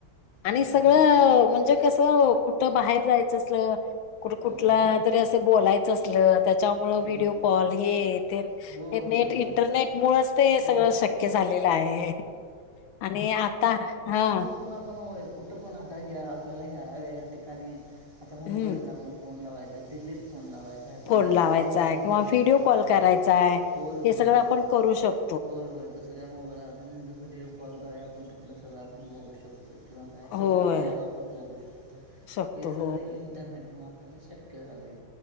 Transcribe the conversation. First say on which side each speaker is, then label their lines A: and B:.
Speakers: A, on the left; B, on the right.
A: आणि
B: मोबाईलवर
A: सगळं
B: पण
A: म्हणजे कसं कुठ बाहेर जायचं असल कुठ-कुठला
B: होय होय
A: जरी असं बोलायचं असल त्याच्यामुळं
B: होय
A: व्हिडिओ कॉल येत तेन,
B: होय
A: हे नेट
B: होय होय
A: इंटरनेट मुळच ते हे सगळं
B: होय
A: शक्य झालेलं आहे, आणि आता हा.
B: तून आपण कुठं पण आता ह आपल्याला ह्या या ठिकाणी आता मुंबईतला
A: हम्म
B: आपण फोन लावायचे, दिल्लीत फोन लावायचे काय पण
A: फोन
B: दुसऱ्या
A: लावायचाय
B: कुठला तर
A: किंवा
B: देशात
A: व्हिडिओ
B: फोन
A: कॉल
B: लावायचा
A: करायचाय
B: होय
A: हे
B: होय
A: सगळं
B: होय.
A: आपण करू शक
B: होय होय दुसऱ्या मोबाईललावर पण व्हिडिओ कॉलद्वारे आपण तिथलं सगळं आपण बघू शकतो. किंवा काय
A: होय
B: सगळं लाईव आपण बघू शकतो
A: शकतो
B: हे सगळं
A: हो
B: इ टरनेट म्हणून आपल्याला शक्य झाले.